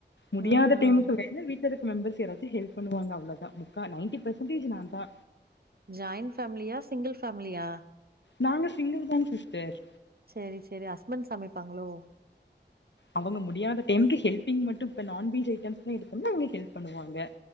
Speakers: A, on the left; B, on the right.
A: முடியாத
B: ம்
A: டைமுக்கு
B: ம்
A: வேணா வீட்டு வீட்டுல இருக்க மெம்பர்ஸ் யாரச்சு ஹெல்ப் பன்னுவாங்க அவ்ளோதா முக்கா நைன்ட்டி பர்சன்டேஜ் நா தா
B: ஜாயிண்ட் ஃபேமிலியா சிங்கிள் ஃபேமிலியா
A: நாங்க சிங்கிள் தாங் சிஸ்டர்
B: சேரி சேரி ஹஸ்பண்ட் சமைப்பாங்ளோ
A: அவுங்க முடியாத டைமுக்கு ஹெல்பிங் மட்டு பண்ணு இப்ப நான்வெஜ் ஐட்டம்ஸ்லா எடுத்தம்னா அவுங்க ஹெல்ப் பண்ணுவாங்க